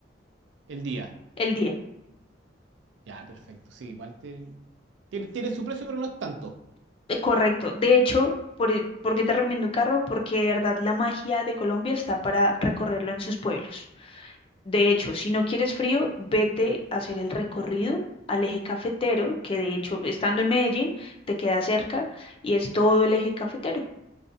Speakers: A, on the right; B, on the left.
A: el día.
B: el día.
A: Ya, perfecto, sí, igual te- tiene, tiene su precio, pero no es tanto.
B: Eh, correcto. De hecho, por, e- ¿por qué te recomiendo carro? Porque de verdad la magia de Colombia está para recorrerlo en sus pueblos. De hecho, si no quieres frío, vete a hacer el recorrido al eje cafetero, que de hecho, estando en Medellín, te queda cerca y es todo el eje cafetero.